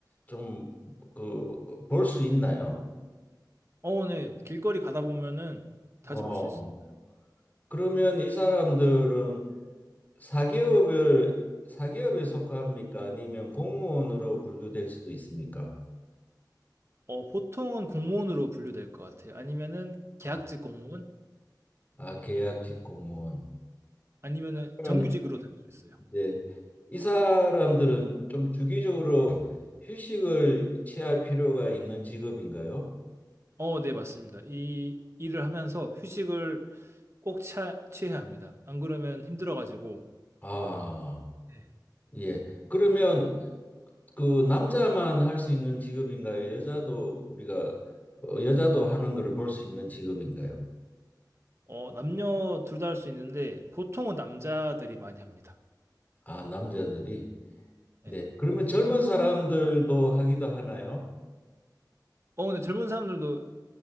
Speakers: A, on the left; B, on the right.
A: 좀 그 볼 수 있나요?
B: 어, 네. 길거리 가다 보면은
A: 어.
B: 자주 볼 수 있습니다.
A: 그러면 이 사람들은 사기업을 사기업에 속합니까? 아니면 공무원으로 분류될 수도 있습니까?
B: 어, 보통은 공무원으로 분류될 것 같아요. 아니면은 계약직
A: 어.
B: 공무원
A: 아, 계약직 공무원.
B: 아니면은
A: 그러면
B: 정규직으로 네. 될 수 있어요.
A: 이제 이 사람들은 좀 주기적으로 휴식을 취할 필요가 있는 직업인가요?
B: 어, 네, 맞습니다. 이 일을 하면서 휴식을 꼭 취하, 취해야 합니다. 안 그러면 힘들어가지고,
A: 아.
B: 네.
A: 예. 그러면 그 남자만 할 수 있는 직업인가요? 여자도 우리가 어, 여자도 하는 거를 볼 수 있는 직업인가요?
B: 어, 남녀 둘 다 할 수 있는데, 보통은 남자들이 많이 합니다.
A: 아, 남자들이.
B: 네.
A: 네. 그러면 젊은 사람들도 하기도 하나요?
B: 어, 근데 젊은 사람들도